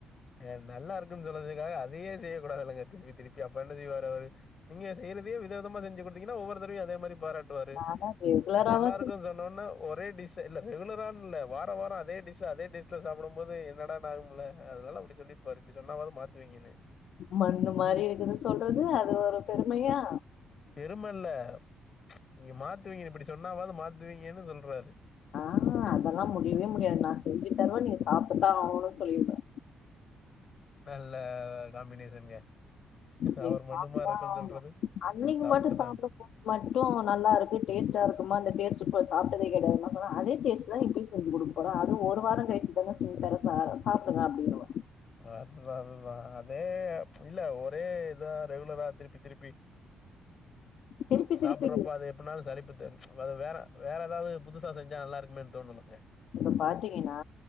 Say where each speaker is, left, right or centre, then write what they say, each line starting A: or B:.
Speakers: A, on the left; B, on the left.
A: அ நல்லா இருக்குன்னு சொன்னதுக்காக அதையே செய்ய கூடாதுல்லங்க திருப்பி திருப் அப்பறோ என்ன செய்வார் அவரு நீங்க செய்ரதே வித விதமா செஞ்சு குடுத்திங்கன்னா ஒவ்வொரு தடவயு அதே மாரி பாராட் வாரு
B: நானா ரெகுலராவா
A: நல்லா இருக்க சொன்னோன்ன ஒரே டிஸ் இல்ல ரெகுலரானு இல்ல வாரோ வாரோ அதே டிஸ் அதே டேஸ்ட்ல சாப்புடும் போது என்னடான்னு ஆகும்ல அதனால அப்படி சொல்லிருப்பாரு இப்படி சொன்னாவது மாத்துவீங்கன்னு
B: மண்ணு மாரி இருக்குது சொல்றது அது ஒரு பெருமையா
A: பெரும இல்ல நீங்க மாத்துவீங்கனு இப்படி சொன்னாவது மாத்துவீங்கன்னு சொல்றாரு
B: அ அதல்லா முடியவே முடியாது நா செஞ்சு தருவ நீங்க சாப்ட்டுதா ஆவுணுன்னு சொல்லிருவ
A: நல்ல காம்பினேஷன்ங்க
B: நீ
A: அவர் மண்ணு
B: சாப்டுதான்
A: மாரி இருக்குன்னு
B: ஆகணு
A: சொல்றது
B: அன்னைக்கு
A: சாப்ட்டுதா
B: மட்டும் சாப்பிடப்ப மட்டும் நல்லா இருக்கு டேஸ்டா இருக்குமா அந்த டேஸ்டு இப்ப சாப்டதே கிடையாது நான் சொன்னேன் அதேடேஸ்ட் தான் இப்பயு செஞ்சு கொடு அப்புறம் அது ஒரு வார கழிச்சு தான செஞ்சுதர சாப்பிடுங்க அப்பிடின்னுவே
A: அதுதா அதுதா அதே இல்ல ஒரே இதான் ரெகுலரா திருப்பி திருப்பி
B: திருப்பி
A: சாப்படுறப்ப
B: திருப்பி
A: அதே பண்ணாலும்சலிப்பு தான் வேற வேற ஏதாவது புதுசா செஞ்சா நல்லா இருக்குமேன்னு தோனனுங்க
B: இப்ப பாத்தீங்கன்னா